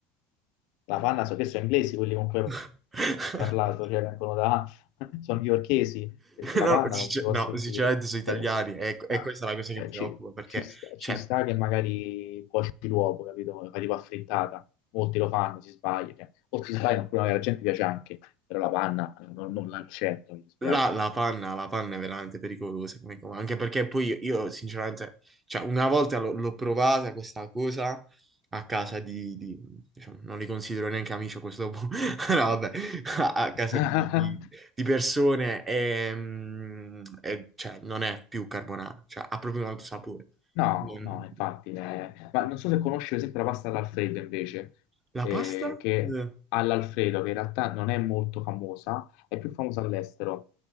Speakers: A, on the left; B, on the right.
A: La panna, so che sono inglesi quelli con cui
B: <laughs>
A: parlato, cioè vengono da, <laughs> sono newyorkesi, perché la
B: No,
A: Panna
B: sincer-
A: non si può
B: no,
A: sentire.
B: sinceramente sono italiani
A: Cioè,
B: e, e
A: no,
B: questa è la cosa
A: cioè,
B: che mi preoccupa
A: ci,
B: perché,
A: ci sta,
B: cioè,
A: ci sta che magari cuoci l'uovo, capito? Fai tipo affrittata, molti lo fanno, si sbagliano, cioè, o si sbagliano, oppure magari la gente piace anche, però la panna eh, non, non l'accetto, mi dispiace.
B: La, la panna, la panna è veramente pericolosa, come cosa, anche perché poi io, io sinceramente, cioè una volta l'ho l'ho provata questa cosa a casa di, di- diciamo, non li considero neanche amici a questo punto, <laughs> no vabbè, a, a casa
A: <laughs>
B: di, di- di persone e, mm, e, cioè, non è più carbonara, cioè ha proprio un altro sapore.
A: No,
B: Non-
A: no, infatti, eh, ma non so se conosci per esempio la pasta all'alfredo invece,
B: La
A: eh,
B: pasta?
A: che
B: Eh,
A: all'alfredo, che in realtà non è molto famosa, è più famosa all'estero.